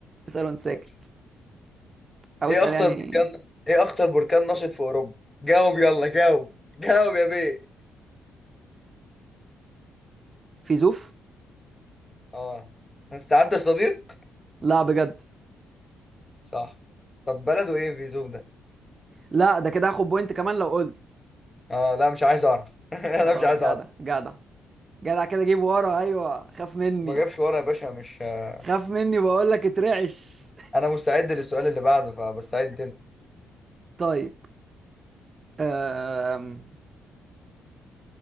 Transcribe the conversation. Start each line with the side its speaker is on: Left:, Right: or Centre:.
Right: اسأل وأنت ساكت
Left: ماشي.
Right: أو
Left: ايه
Right: اسأل
Left: اخطر
Right: يعني
Left: بركان ايه اخطر بركان نشط في اوروبا جاوب يلا جاوب جاوب يا بيه
Right: فيزوف
Left: اه استعنت بصديق
Right: لا بجد
Left: صح طب بلده ايه في زوم ده
Right: لا ده كده هاخد بوينت كمان لو قلت
Left: اه لا مش عايز اعرف <laughs> انا
Right: خلاص
Left: مش عايز
Right: جدع
Left: اعرف
Right: جدع جدع كده جيب ورا أيوه خاف مني
Left: ما جابش ورا يا باشا مش آه،
Right: خاف مني بقول لك اترعش
Left: انا مستعد للسؤال اللي بعده فبستعد انت
Right: طيب أم...